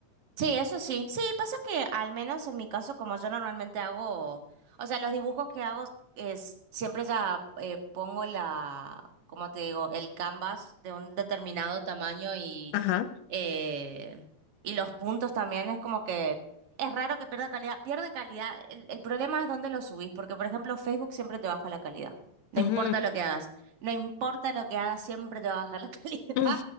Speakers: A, on the right; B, on the left.
A: Sí, eso sí. Sí, pasa que al menos en mi caso, como yo normalmente hago, o sea, los dibujos que hago es siempre ya eh, pongo la, ¿cómo te digo? El canvas de un determinado tamaño y
B: Ajá.
A: eh, y los puntos también es como que es raro que pierda calidad. Pierde calidad. El, el problema es dónde lo subís, porque por ejemplo Facebook siempre te baja la calidad. No
B: Ujú.
A: importa lo que hagas, no importa lo que hagas, siempre te va a bajar la <laughs> calidad.
B: Mm,